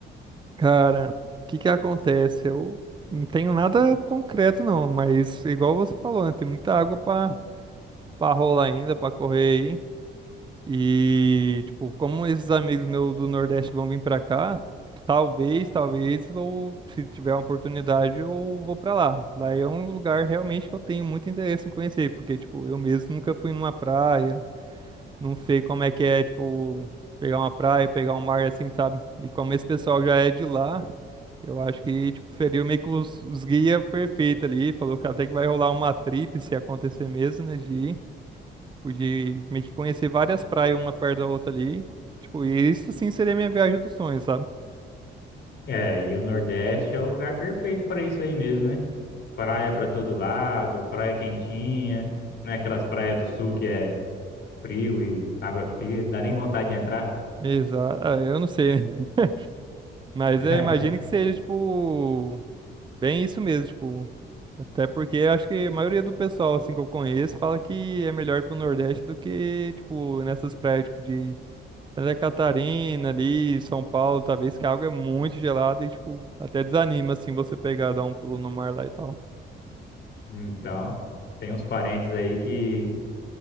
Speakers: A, on the right; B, on the left.
A: Cara, o que que acontece? Eu não tenho nada concreto não, mas igual você falou, né? Tem muita água pra para rolar ainda, pra correr E, tipo, como esses amigos meus do Nordeste vão vir pra cá, talvez, talvez, ou se tiver uma oportunidade, eu vou pra lá. Lá é um lugar realmente que eu tenho muito interesse em conhecer, porque, tipo, eu mesmo nunca fui numa praia, não sei como é que é, tipo, pegar uma praia, pegar um mar assim, sabe? E como esse pessoal já é de lá, eu acho que, tipo, feriu meio que os, os guia perfeito ali, falou que até que vai rolar uma trip se acontecer mesmo, né, de ir. Pude meio que conhecer várias praias uma perto da outra ali. Tipo, e isso sim seria minha viagem dos sonhos, sabe?
B: É, e o Nordeste é o lugar perfeito para isso aí mesmo, né? Praia para todo lado, praia quentinha, não é aquelas praias do sul que é frio e água fria, dá nem vontade de entrar.
A: Exato. eu não sei, né? <laughs> Mas
B: <laughs>
A: eu imagino que seja, tipo, bem isso mesmo, tipo. Até porque eu acho que a maioria do pessoal, assim, que eu conheço, fala que é melhor ir pro Nordeste do que, tipo, nessas praias, tipo, de Santa Catarina ali, São Paulo, talvez, que a água é muito gelada e, tipo, até desanima, assim, você pegar, dar um pulo no mar lá e tal.
B: Então, tem uns parentes aí que